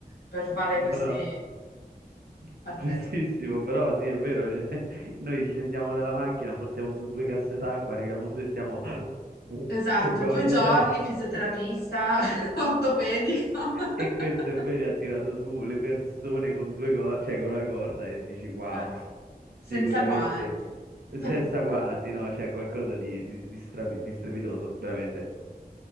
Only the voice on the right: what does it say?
no,
no, giustissimo,
però sì, è vero, cioè, noi scendiamo dalla macchina, portiamo su due casse d'acqua, arriviamo su e stiamo...
Ci dobbiamo
riposare
cinque
<laughs>
E
questo invece ha tirato su le persone con due corde, cioè con una corda e dici wow,
sicuramente
senza
guanti, no? C'è qualcosa di, di- di stravi- di strepitoso, veramente.